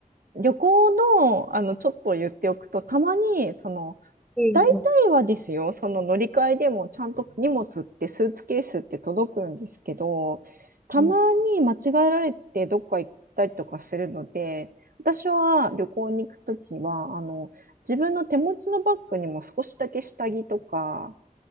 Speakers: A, on the right; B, in the centre.
A: 旅行の、あの、ちょっと言っておくと、たまに、その、
B: うんうん
A: 大体はですよ、その乗り換えでも、ちゃんと荷物って、スーツケースって届くんですけど、たまに間違えられて、
B: うん
A: どっか行ったりとかするので、私は旅行に行くときは、あの、自分の手持ちのバッグにも少しだけ下着とか